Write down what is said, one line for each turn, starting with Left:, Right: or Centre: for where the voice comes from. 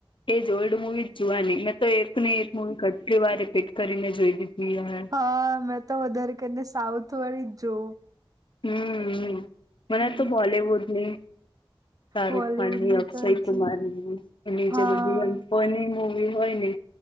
Left: એજ ઓલ્ડ મુવી જ જોવાની. મેં તો એક ની એક મુવી કેટલી વાર રિપીટ કરીને જોઈ લીધી હવે.
Right: અહ મેં તો વધારે કરીને સાઉથ વાળી જ જોઉં.
Left: હમ્મ-હમ્મ. મને
Right: હમ
Left: તો બોલીવુડની શાહરુખ
Right: બોલીવુડની
Left: ખાન ની, અક્ષય
Right: તો હજી
Left: કુમારની એની
Right: હા
Left: જે બધી હોય. <unintelligible> વી હોય ને